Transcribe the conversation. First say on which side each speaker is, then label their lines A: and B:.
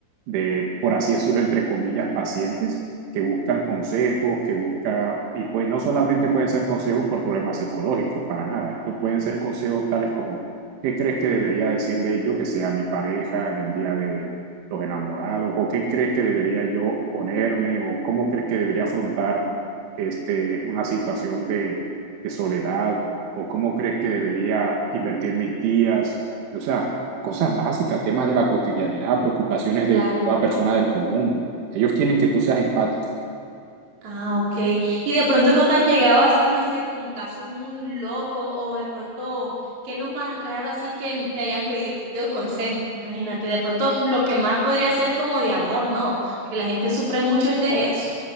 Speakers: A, on the right (about 70°); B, on the right (about 35°).
A: de, por así decirlo, entre comillas, pacientes que buscan consejos, que busca, y pues no solamente pueden ser consejos por problemas psicológicos, para nada, estos pueden ser consejos tales como, ¿qué crees que debería decirle yo que sea mi pareja en el día de los enamorados, o qué crees que debería yo ponerme, o cómo crees que debería afrontar este, una situación de, de soledad, o cómo crees que
B: Mm,
A: debería invertir mis días, o sea, cosas básicas, temas de la cotidianidad, preocupaciones
B: Claro.
A: de toda persona del común. Ellos quieren que tú seas empático.
B: Ah, ok. Y de pronto no te han llegado así, no sé, como casos muy locos o de pronto, ¿qué es lo más raro así que te hayan pedido consejo? Imagínate, de pronto lo que más podría ser como de amor, ¿no? Porque la gente sufre mucho es de eso.